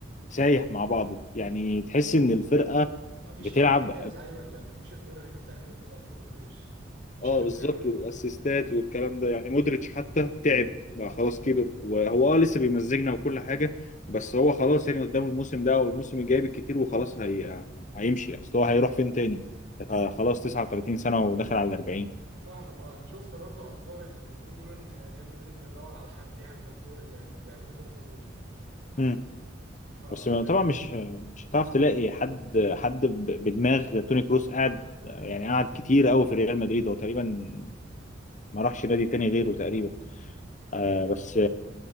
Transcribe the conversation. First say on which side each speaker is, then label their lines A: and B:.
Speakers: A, on the left (about 40°); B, on the right (about 85°).
A: سايح مع بعضه يعني تحس ان الفرقة
B: مفيش
A: بتلعب
B: الارتكاز ايوه ولا مفيش الدور اللي كان بيعمله تا- توني كروس مفيش
A: اه
B: حد
A: بالظبط
B: يعمل الدور
A: والاسيستات
B: ده
A: والكلام ده يعني مودريتش حتى تعب بقى خلاص كبر وهو اه لسه بيمزجنا وكل حاجه بس هو خلاص يعني قدامه الموسم ده والموسم الجاي بالكتير وخلاص هي... هيمشي اصل هو هيروح فين تاني آه خلاص 39 سنه وداخل على ال 40
B: انا فاهمك اه انا شفت برضو اخبار اليومين دول ان ريال مدريد بيدور على حد يعمل الدور اللي كان بيعمله توني كروس برضو
A: امم
B: فانت
A: بس طبعا مش مش هتعرف تلاقي حد حد ب- بدماغ توني كروس قاعد يعني قعد كتير قوي في ريال مدريد هو تقريبا ما راحش نادي تاني غيره تقريبا آه بس